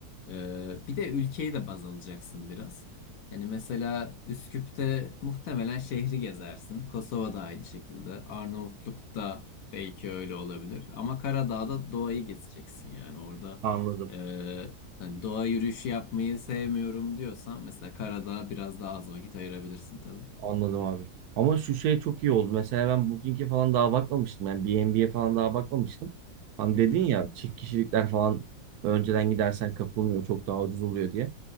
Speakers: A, on the left (about 65°); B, on the right (about 75°).
A: e, bir de ülkeyi de baz alacaksın biraz. Hani mesela Üsküp'te muhtemelen şehri gezersin. Kosova'da aynı şekilde. Arnavutluk'ta belki öyle olabilir. Ama Karadağ'da doğayı gezeceksin yani. Orada
B: Anladım.
A: e, hani doğa yürüyüşü yapmayı sevmiyorum diyorsan mesela Karadağ'a biraz daha az vakit ayırabilirsin tabii.
B: Anladım abi. Ama şu şey çok iyi oldu. Mesela ben Booking'e falan daha bakmamıştım. Yani B&B'ye falan daha bakmamıştım. Hani
A: Hı
B: dedin
A: hı,
B: ya çift kişilikler falan önceden gidersen kapılmıyor. Çok daha ucuz oluyor diye.